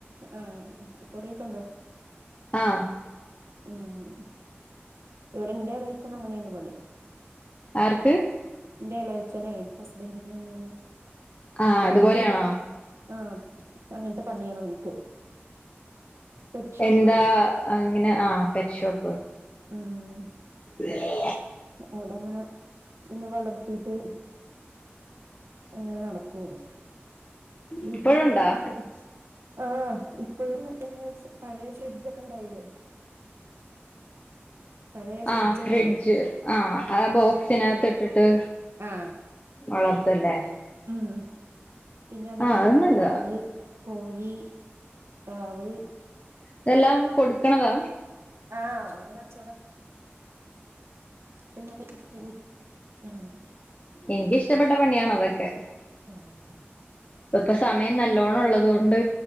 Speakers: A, on the right; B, on the left.
A: ആ കൊറിയൊക്കെ ഉണ്ടോ
B: ആഹ്
A: ഉം ഇവിടെ എന്റെ എളേച്ചനും അങ്ങനെ ഏന്ന് പണി
B: ആർക്ക്
A: ഇന്റെ ഇളയച്ഛനെ ഹസ്ബൻഡിന്റെ അനിയന്
B: ആഹ്
A: അവൻക്ക്
B: അതുപോലെയാണോ
A: ആഹ് അങ്ങൻത്തെ പണി ഏണ് അവനിക്ക് പെറ്റ് ഷോപ്പ്
B: എന്താ ഇങ്ങനെ ആ പെറ്റ്ഷോപ്പ്
A: ഉം
B: അ
A: അവിടെ ഇങ്ങനെ പിന്നെ വളർത്തിട്ട് ഇങ്ങനെ നടക്കും ഇവര് എന്നിട്ട് വീട്ടിലും
B: ഇപ്പഴുണ്ടോ
A: <unintelligible> ആഹ് ഇപ്പഴും മറ്റേ പഴയ ഫ്രിഡ്ജ് ഒക്കെ ഒണ്ടാവില്ലേ പഴയ ഫ്രിഡ്ജൊക്കെ
B: ആഹ് ഫ്രിഡ്ജ് ആ ആ ബോക്സിനാത്ത്
A: അങ്ങ
B: ഇട്ടിട്ട്
A: ആ
B: വളർത്തല്ലേ
A: ഉം പിന്നെ അതേ
B: ആഹ്
A: മാതിരി
B: അത്
A: താറാവ്
B: നല്ലതാ
A: കോഴി പ്രാവ്
B: ഇതെല്ലാം കൊടുക്കണതാ
A: ആഹ് അവന് കച്ചോടം പിന്നെ അത് ടിവി ഉം
B: എനിക്ക് ഇഷ്ടപ്പെട്ട പണിയാണ് അതൊക്കെ
A: ആഹ്
B: ഇപ്പ സമയം നല്ലോണം ഒള്ളത് കൊണ്ട്